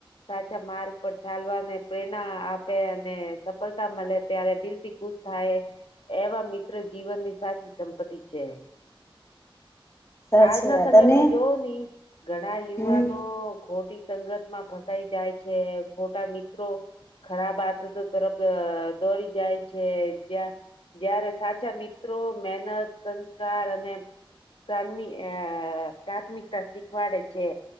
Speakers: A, on the left; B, on the left.
A: સાચા માર્ગ પર ચાલવાને પ્રેરણા આપે અને સફળતા મળે ત્યારે દિલથી. ખુશ થાય એવા મિત્ર જીવનની સાચી સંપત્તિ છે.
B: સાચી
A: આજના
B: વાત
A: સમય
B: અને
A: મેં જોવ ની ઘણા યુવાનો
B: હમ
A: ખોટ. ખટી સંગતમાં ફસાઈ જાય છે ખોટા મિત્રો. ખરાબ આત તો તરત દોરી જાય. છે જ્યા જયારે સાચા મિત્રો મહેનત સંસ્કાર અને, પ્રામ આ પ્રાથમિકતા શીખવાડ છે.